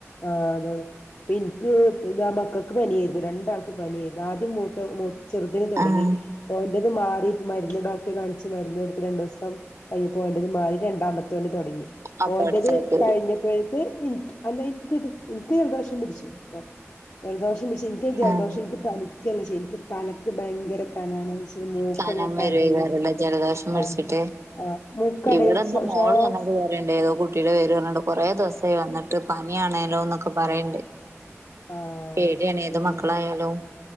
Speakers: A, on the left (about 75°); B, on the right (about 65°).
A: ആഹ അതാണ് പിനിക്ക് ഇതാ മക്കൾക്ക് പനിയായിരുന്നു. രണ്ടാൾക്ക് പനിയായിരുന്നു. ആദ്യം മൂത്ത മ ചെറുതിന് തുടങ്ങി
B: ആഹ്
A: പോന്റെ ഇത് മാറി മരുന്ന് ഡോക്ടറെ കാണിച്ച് മരുന്ന് എടുത്ത് രണ്ടു ദിവസം കഴിഞ്ഞ് പോകന്റ്ത് മാറി രണ്ടാമത്തെ തുടങ്ങി
B: അപ്പൊ
A: പോന്റത്
B: അടുത്തായിട്ട്
A: കഴിഞ്ഞപ്പോഴേക്ക്
B: വരും
A: ന്ക്ക് അല്ലന്ക്ക് എനിക്ക് ജലദോഷം പിടിച്ചു ജലദോഷം പിച്ചു എനിക്ക ജലദോഷം
B: ആഹ്
A: എനിക്ക് പനി ഒല്ലശക്ക് തലക്ക് ഭയങ്കര കനാണ്. ശെ മൂക്കങ്ങട്ട്
B: കനം വരക്കാരാല്ലജലദോഷം
A: അടയും
B: പിടിച്ചിട്ട്
A: ആഹ് ആഹ് മൂക്കടയും
B: ഇവിടെന്നാ
A: ശ്വാ
B: മോള്
A: ശ്വാസ്
B: വന്നിട്ട് പറയേണ്ടേ ഏതോ കുട്ടിയുടെ പേര് പറഞ്ഞിട്ട് കുറേ ദിവസം എ വന്നിട്ട് പനിയാണേലോന്നൊക്കെ പറയണ്ടേ
A: ആഹ്
B: പേടിണ്
A: അതാണ്
B: ഏത് മക്കളായാലും